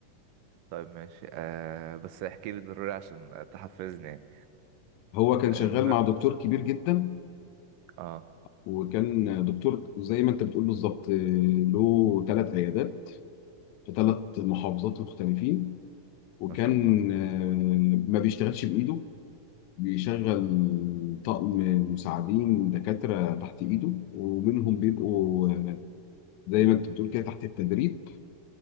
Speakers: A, on the right; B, on the left.
A: طيب ماشي آه بس احكي لي ضروري عشان تحفزني يعني
B: هو كان
A: المهم
B: شغال مع دكتور كبير جدا
A: اه
B: وكان دكتور زي ما انت بتقول بالظبط آه، له ثلاث عيادات في ثلاث محافظات
A: م،
B: مختلفين وكان
A: ما شاء الله
B: آه، ما بيشتغلش بايده بيشغل طقم مساعدين دكاترة تحت ايده ومنهم بيبقوا آه، زي ما انت بتقول كده تحت التدريب